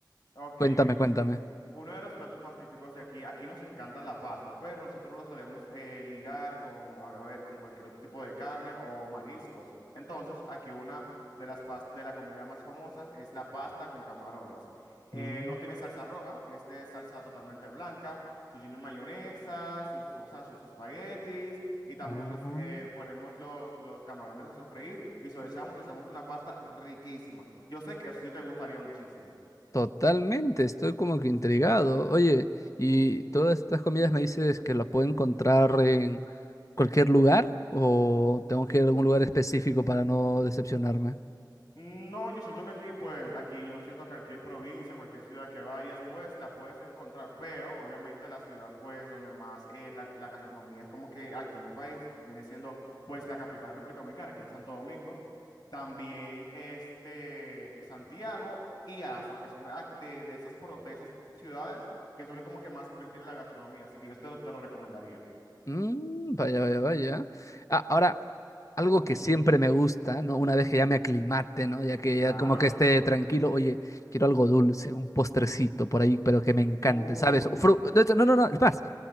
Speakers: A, on the left (about 60°); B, on the left (about 45°).
A: Ok,
B: Cuéntame,
A: bien.
B: cuéntame.
A: Uno de los platos más típicos de aquí, aquí nos encanta la pasta, pero nosotros lo solemos eh, ligar con, a ver, con cualquier otro tipo de carne o mariscos. Entonces, aquí una de las pas- de la comida más famosas es la pasta con camarones. Eh,
B: Mm,
A: no tiene salsa roja, es de salsa totalmente blanca, su lleno de mayonesa, sus, o sea, sus espaguetis y también
B: no.
A: los eh, ponemos los, los camarones a sofreír y se lo echamos y hacemos una pasta riquísima. Yo sé que eso sí te gustaría muchísimo.
B: Totalmente, estoy como que intrigado. Oye, ¿y todas estas comidas me dices que la puedo encontrar en cualquier lugar o tengo que ir a algún lugar específico para no decepcionarme?
A: No, yo siento que aquí, pues, aquí yo siento que cualquier provincia, cualquier ciudad que vayas, pues, la puedes encontrar, pero obviamente la ciudad, pues, donde más eh, la, la gastronomía es como que aquí en mi país viene siendo, pues, la capital República Dominicana, que es Santo Domingo, también, este, Santiago y Azua, que son de, ac- de, de esas, pro- de esas ciudades que suelen como que más invertir en la gastronomía, así que yo te lo, te lo recomendaría.
B: Mm, vaya, vaya, vaya. Ah, ahora, algo que
A: Ujú,
B: siempre me gusta, ¿no? Una vez que ya me aclimate, ¿no? Ya que
A: Claro.
B: ya como que esté tranquilo, oye, quiero algo dulce, un postrecito por ahí, pero que me encante,
A: Uy.
B: ¿sabes? Fru- de hecho, No, no, no, es más,